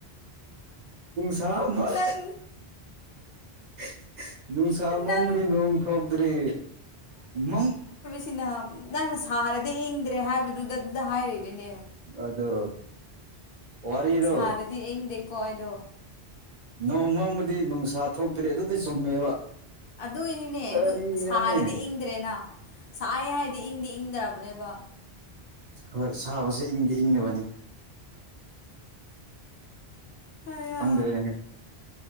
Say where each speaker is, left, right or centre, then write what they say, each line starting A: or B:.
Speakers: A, on the right; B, on the left.
A: ꯁ ꯑꯃꯜ
B: ꯅꯪ
A: <unintelligible> ꯅꯨꯡꯁꯥ ꯃꯝꯔꯤ
B: ꯅꯪ
A: ꯅꯣꯡ ꯊꯇ꯭ꯔꯤ ꯃ
B: ꯁꯤꯅ ꯅꯪꯅ ꯁꯥꯔꯗꯤ ꯏꯪꯗ꯭ꯔꯦ ꯍꯥꯏꯕꯗꯨꯗ ꯑꯗꯨꯗ ꯍꯥꯏꯔꯤꯔꯦꯅꯦ
A: ꯑꯗꯣ ꯋꯥꯔꯤꯗꯣ
B: ꯁꯥꯔꯗꯤ ꯑꯩꯪꯗꯦꯀꯣ ꯑꯩꯗꯣ
A: ꯅꯣꯡꯃꯪꯕꯨꯗꯤ ꯅꯨꯡꯁꯥ ꯊꯣꯛꯇ꯭ꯔꯦ ꯑꯗꯨꯗꯤ ꯆꯨꯝꯃꯦꯕ
B: ꯑꯗꯨꯏꯅꯤꯅꯦ
A: ꯀꯔꯤꯅꯣꯅꯦ
B: ꯑꯗꯨ ꯁꯥꯔꯦꯗꯤ ꯏꯪꯗ꯭ꯔꯦꯅ ꯁꯥꯏ ꯍꯥꯏꯗꯤ ꯏꯪꯗꯤ ꯏꯪꯗ꯭ꯔꯕꯅꯦꯕ
A: ꯍꯣꯏ ꯁꯥꯕꯁꯦ ꯏꯪꯗꯤ ꯏꯪꯂꯤꯕꯅꯤ
B: ꯑꯌꯥ
A: ꯍꯪ꯭ꯔꯦꯅꯦ